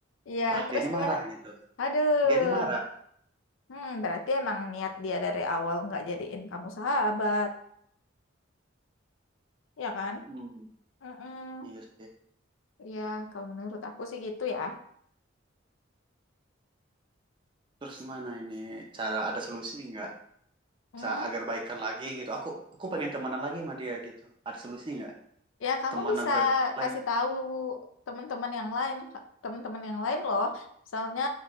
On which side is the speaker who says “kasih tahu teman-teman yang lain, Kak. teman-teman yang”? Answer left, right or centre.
Left